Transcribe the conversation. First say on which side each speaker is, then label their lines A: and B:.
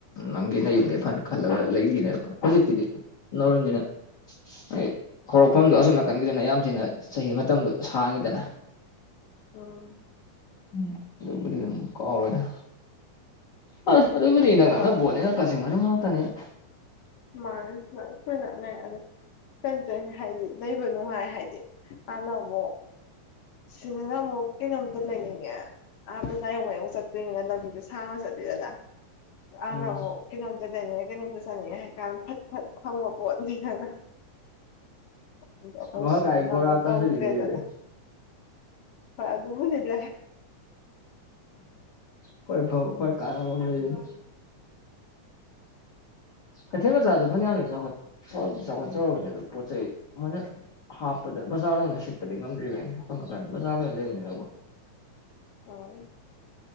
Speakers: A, on the left; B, on the left.
A: ꯅꯪꯒꯤ ꯅꯌꯨꯝꯅꯤ ꯐꯟ ꯈꯜꯂꯒ ꯂꯩꯒꯤꯅꯦꯕ ꯍꯧꯖꯤꯛꯀꯤꯗꯤ ꯅꯧꯔꯤꯝꯅꯤꯅ ꯍꯢꯗ ꯍꯧꯔꯛꯐꯝꯗꯨ ꯑꯁꯣꯝ ꯅꯥꯀꯟꯒꯤꯗꯅ ꯌꯥꯝ ꯊꯤꯅ ꯆꯍꯤ ꯃꯇꯝꯗꯣ ꯁꯥꯡꯉꯤꯗꯅ
B: ꯎꯝ
A: <unintelligible> ꯀꯥꯎꯔꯣꯏꯗ ꯑꯥꯁ
B: ꯎꯝ
A: ꯑꯗꯨꯕꯨꯗꯤ ꯏꯅꯛ ꯅꯛꯅ
B: ꯍꯣꯏ
A: ꯕꯣꯠꯅꯤꯅ ꯀꯛꯆꯤꯡ ꯃꯅꯨꯡ ꯉꯥꯛꯇꯅꯤꯅ
B: <unintelligible> ꯑꯗꯨ <unintelligible> ꯍꯥꯏꯗꯤ ꯂꯩꯕ ꯅꯨꯡꯉꯥꯏ ꯍꯥꯏꯗꯤ ꯍꯥꯟꯅ ꯑꯃꯨꯛ ꯁꯤꯗꯅ ꯑꯃꯨꯛ ꯀꯩꯅꯣꯝꯇ ꯂꯩꯅꯤꯡꯉꯦ ꯑꯥ ꯕꯖꯥꯔ ꯌꯧꯃꯩ ꯆꯠꯇꯣꯏꯅꯤꯕ ꯂꯝꯕꯤꯗꯣ ꯁꯥꯡꯅ ꯆꯠꯂꯤꯗꯅ ꯍꯥꯟꯅꯕꯨꯛ
A: ꯎꯝ
B: ꯀꯩꯅꯣꯝꯇ ꯂꯩꯅꯤꯡꯉꯦ ꯀꯩꯅꯣꯝꯇ ꯆꯪꯅꯤꯡꯑꯦ ꯍꯥꯏ ꯀꯥꯟꯗ ꯐꯠ ꯐꯠ ꯐꯪꯕ ꯄꯣꯠꯅꯤꯗꯅ ꯑꯗꯣ ꯑꯩꯈꯣꯏ
A: ꯃꯈꯥꯀꯥꯏ
B: ꯁꯤꯗꯅ
A: ꯕꯣꯔꯥ
B: ꯑꯃꯨꯛ
A: ꯆꯥꯁꯨꯕꯤ
B: ꯇꯧꯗ꯭ꯔꯦꯗꯅ
A: ꯂꯩꯗꯨꯗꯤ
B: ꯍꯣꯏ ꯑꯗꯨꯕꯨꯗꯤ ꯂꯩ
A: ꯈ꯭ꯋꯥꯏ ꯐꯕ ꯈ꯭ꯋꯥꯏ ꯀꯥꯟꯅꯕ ꯑꯝ ꯂꯩꯗꯨ ꯀꯩꯊꯦꯟꯃꯆꯥꯁꯨ ꯐꯅꯌꯥꯝꯗꯤ ꯆꯈꯠ ꯆꯥꯎꯗꯤ ꯆꯥꯎꯈꯠꯆꯔꯕꯅꯤ ꯄꯣꯠ ꯆꯩ ꯃꯣꯏꯅ ꯍꯥꯞꯄꯗ ꯕꯖꯥꯔꯗꯧꯅ ꯁꯤꯠꯄꯗꯤ ꯉꯝꯗ꯭ꯔꯤꯕꯩꯅꯤ ꯁꯣꯝꯅꯥꯀꯥꯟ ꯕꯖꯥꯔ ꯂꯣꯏꯅ ꯂꯩꯕꯅꯤꯅꯀꯣ
B: ꯑꯣ